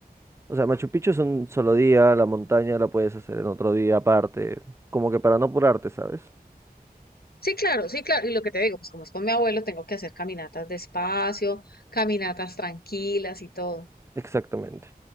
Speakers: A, on the right (about 15°); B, on the left (about 70°).
A: O sea, Machu Picchu es un solo día, la montaña la puedes hacer en otro día aparte, como que para no apurarte, ¿sabes?
B: Sí, claro, sí, claro. Y lo que te digo, pues como es con mi abuelo, tengo que hacer caminatas despacio, caminatas tranquilas y todo.
A: Exactamente.